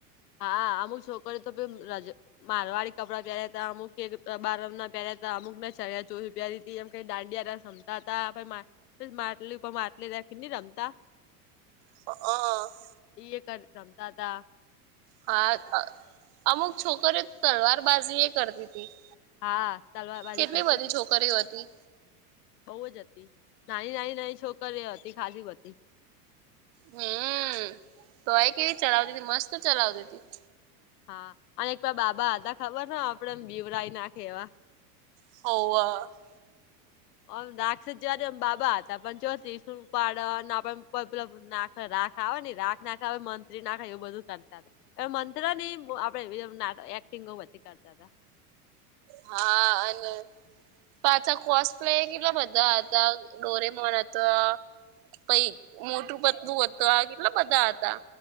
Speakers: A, on the left; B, on the right.
A: હા અમુક છોકરી તો પ રજ મારવાળી કપડાં પહેર્યા હતા અમુક એક બારમ ના પહેર્યા- અમુકને ચણિયા ચોરી પેરી હતી એમ કઈ દાંડિયા રમતા માટલી ઉપર માટલી રાખીને રમતા-
B: હ <unintelligible>
A: ઈ કર રમતા હતા -
B: હા અમુક છોકરી તલવાર બાજી એ કરતી હતી-
A: હા તલવારબાજી
B: કેટલી
A: કરતી
B: બધી
A: હતી-
B: છોકરીઓ હતી
A: બહુ જ હતી નાની નાની નાની છોકરી એ હતી ખાસ બ હતી-
B: હમ તો આય કેવી ચલાવતી હતી મસ્ત ચલાવતી હતી-
A: હા અને એકવા બાબા હતા ખબર ને આપડે બીવરાઈ નાખે એવા-
B: હો
A: ઓમ દાક્ષ જવાની એમ બાબા હતા પણ જો શું ઉપાડેને પેલા નાખ રાખ આવે ને રાખ નાખે આવે મ ના એવું બધું કરતા હતા હ મંત્ર ની આપડે એક્ટિંગ બધી કરતા હતા
B: હા અને પાછા કોસ પ્લે કેટલા બધા હતા ડોરેમોન હતો પ મોટું પતલું હતું આ કેટલા બધા હતા